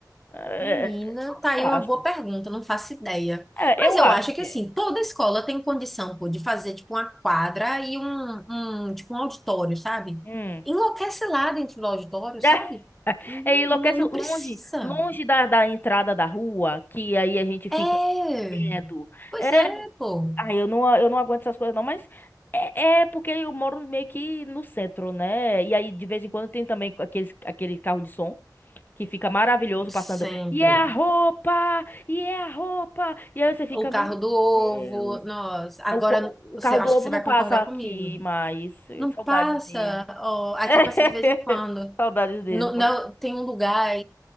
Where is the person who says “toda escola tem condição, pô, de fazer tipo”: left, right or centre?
Centre